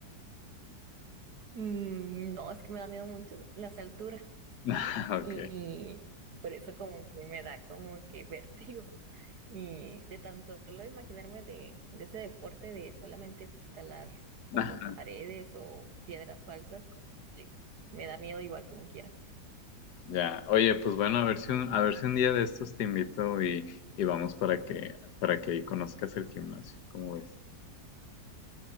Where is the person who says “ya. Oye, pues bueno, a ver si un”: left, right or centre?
Left